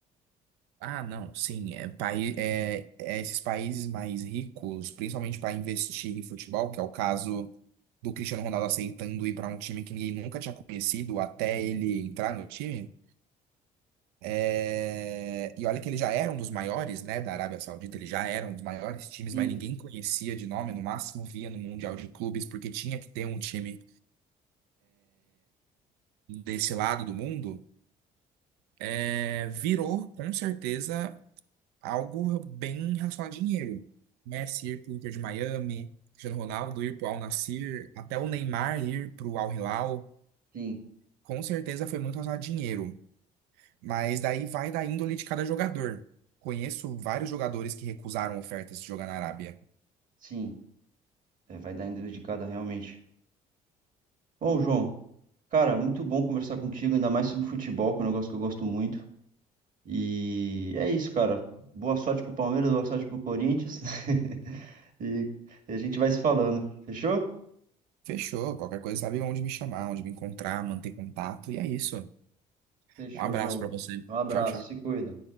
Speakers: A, on the right; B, on the right.
A: Ah, não, sim, é, pai- é- é esses países mais ricos, principalmente para investir em futebol, que é o caso do Cristiano Ronaldo aceitando ir para um time que ninguém nunca tinha conhecido até ele entrar no time. É, E olha que ele já era um dos maiores, né, da Arábia Saudita, ele já era um dos maiores times,
B: Sim,
A: mas ninguém conhecia de nome, no máximo via no Mundial de Clubes, porque tinha que ter um time desse lado do mundo. É, Virou, com certeza, algo bem relacionado a dinheiro. Messi ir pro Inter de Miami, Cristiano Ronaldo ir pro Al Nassr, até o Neymar ir pro Al Hilal,
B: sim,
A: com certeza foi muito relacionado a dinheiro. Mas daí vai da índole de cada jogador. Conheço vários jogadores que recusaram ofertas de jogar na Arábia.
B: sim. É, vai dar em dedicada realmente. Ô, João, cara, muito bom conversar contigo, ainda mais sobre futebol, que é um negócio que eu gosto muito. E é isso, cara. Boa sorte pro Palmeiras, boa sorte pro Corinthians. <laughs> E e a gente vai se falando. Fechou?
A: Fechou, qualquer coisa sabe onde me chamar, onde me encontrar, manter contato, e é isso.
B: Fechou,
A: Um abraço
B: João.
A: pra você.
B: Um abraço,
A: Tchau, tchau.
B: se cuida.